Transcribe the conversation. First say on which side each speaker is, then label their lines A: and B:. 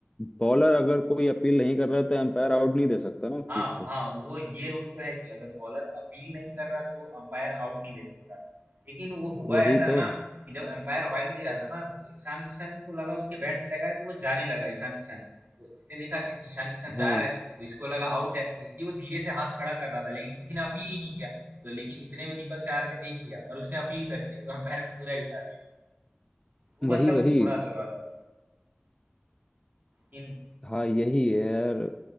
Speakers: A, on the left; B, on the right.
A: बॉलर अगर कोई अपील नहीं कर रहा है तो एम्पायर आउट नहीं दे सकता ना उस
B: हाँ
A: चीज को
B: हाँ वो ये रूल तो है कि अगर बॉलर अपील नहीं कर रहा तो अंपायर आउट नहीं दे सकता लेकिन वो हुआ
A: वही
B: ऐसा
A: तो
B: ना कि जब अंपायर वाइड दे रहा था ना तो ईशान किशन को लगा उसके बैट में लगा है तो वो जाने लगा ईशान किशन तो इसने देखा कि ईशान किशन
A: हाँ
B: जा रहा है तो इसको लगा आउट है तो इसलिए वो धीरे से हाथ खड़ा कर रहा था लेकिन किसी ने अपील ही नहीं किया तो लेकिन इतने में दीपक चार ने देख लिया और उसने अपील कर दिया तो अंपायर ने पूरा ही उठा दिया वो
A: वही
B: मतलब
A: वही
B: थोड़ा सा हुआ था लेकिन
A: हाँ यही है यार